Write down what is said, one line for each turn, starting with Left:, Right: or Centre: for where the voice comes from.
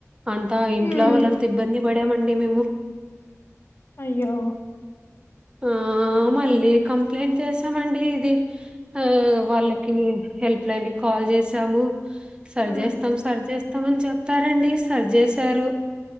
Right: అంత ఇంట్లో
Left: ఉమ్
Right: వాళ్ళంత ఇబ్బంది బడే మడిీ మేము
Left: అయ్యో
Right: ఆ మళ్ళీ కంప్లైంట్ చేసామండి ఇది ఆ వాళ్ళకి హెల్ప్లైన్కి కాల్ చేసాము సరి
Left: మ్మ్
Right: చేస్తాము సరి చేస్తామ అని చెప్తారండి సరి చేసారు